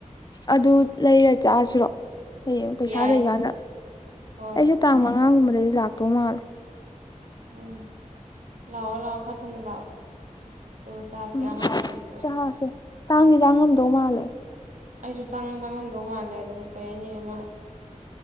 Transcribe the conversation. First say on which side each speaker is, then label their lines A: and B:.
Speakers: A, on the left; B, on the right.
A: ꯑꯗꯨ ꯂꯩꯔ ꯆꯠꯂꯁꯤꯔꯣ ꯍꯌꯦꯡ ꯄꯩꯁꯥ
B: ꯌꯥꯏ
A: ꯂꯩꯀꯥꯟꯗ
B: ꯍꯣꯏ
A: ꯑꯩꯁꯨ ꯇꯥꯡ
B: ꯑ-
A: ꯃꯉꯥꯒꯨꯝꯕꯗꯗꯤ ꯂꯥꯛꯇꯧ ꯃꯥꯜꯂꯦ
B: ꯎꯝ ꯂꯑꯣ ꯂꯑꯣ ꯈꯔꯗꯅ ꯂꯥꯛꯑꯣ ꯇ ꯎ ꯆꯔ ꯁ
A: ꯎꯝ
B: ꯌꯥꯍ ꯍꯧꯒꯀ
A: ꯆꯥꯁꯦ ꯇꯥꯡꯗꯤ ꯇꯥꯡꯉꯝꯗꯧ ꯃꯥꯜꯂꯦ
B: ꯑꯩꯁꯨ ꯇ ꯇꯥꯡꯉꯝꯗꯧ ꯃꯥꯜꯂꯦ ꯑꯗꯨꯝ ꯀꯩ ꯍꯥꯏꯅꯤ ꯑꯃ